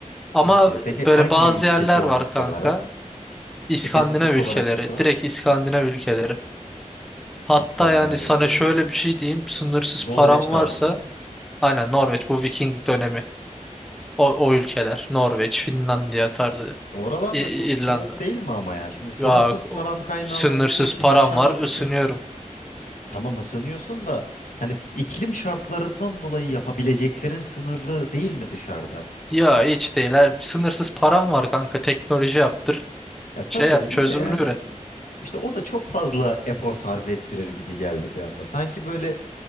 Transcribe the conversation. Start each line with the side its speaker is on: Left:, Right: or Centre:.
Centre: Ama
Left: okey peki
Centre: böyle
Left: hangi
Centre: bazı
Left: ülke
Centre: yerler
Left: çoğunlukta
Centre: var kanka.
Left: olarak
Centre: İskandinav
Left: spesifik
Centre: ülkeleri.
Left: olarak bir ülke var
Centre: Direkt
Left: mı
Centre: İskandinav ülkeleri. Hatta
Left: İskandinav
Centre: yani sana
Left: ülkeleri
Centre: şöyle bir şey diyeyim. Sınırsız
Left: Norveç
Centre: param varsa
Left: tarzı mı
Centre: Aynen Norveç bu Viking dönemi O, o ülkeler. Norveç, Finlandiya tarzı.
Left: Oralarda
Centre: İ-
Left: çok
Centre: İrlanda.
Left: soğuk değil mi ama ya? Şimdi sınırsız
Centre: Ya
Left: paran
Centre: o-
Left: kaynağın
Centre: sınırsız
Left: olduğu için
Centre: param
Left: yaşamak
Centre: var, ısınıyorum.
Left: için Tamam ısınıyorsun da hani iklim şartlarından dolayı yapabileceklerin sınırlı değil mi dışarıda?
Centre: Ya hiç değil. ha. Sınırsız param var kanka. Teknoloji yaptır.
Left: E tabii
Centre: Şey yap,
Left: öyle
Centre: çözümünü
Left: de yani
Centre: üret.
Left: işte o da çok fazla efor sarf ettirir gibi geldi bir anda. Sanki böyle